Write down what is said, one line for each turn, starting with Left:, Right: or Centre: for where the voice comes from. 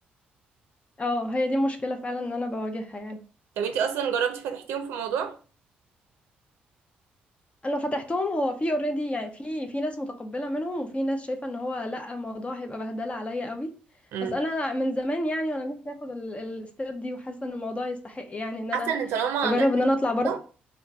Left: اه هي دي مشكلة فعلا ان انا بواجهها يعني
Right: طب انتي اصلا جربتي فتحتيهم في موضوع
Left: انا فتحتهم هو في اوريدي يعني في في ناس متقبلة منهم وفي ناس شايفة ان هو لا الموضوع هيبقى بهدلة عليا قوي
Right: امم
Left: بس انا من زمان يعني وانا نفسي اخد الستيب دي وحاسة ان الموضوع يستحق يعني ان انا
Right: حاسه ان طالما
Left: اجرب
Right: جاتلك
Left: ان انا اطلع بره
Right: فرصه